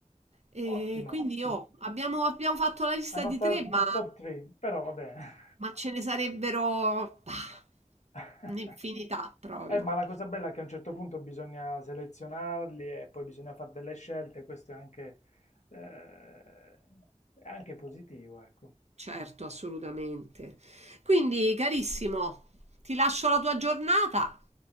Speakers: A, on the right; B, on the left.
A: E
B: Ottimo.
A: quindi io abbiamo, abbiamo fatto la lista
B: Hanno
A: di
B: stato
A: tre, ma
B: top 3, però va bene.
A: Ma ce ne sarebbero bah,
B: <laughs>
A: un'infinità proprio.
B: Eh, ma la cosa bella è che a un certo punto bisogna selezionarli e poi bisogna fare delle scelte, questo è anche, eh, è anche positivo, ecco.
A: Certo, assolutamente. Quindi, carissimo, ti lascio la tua giornata.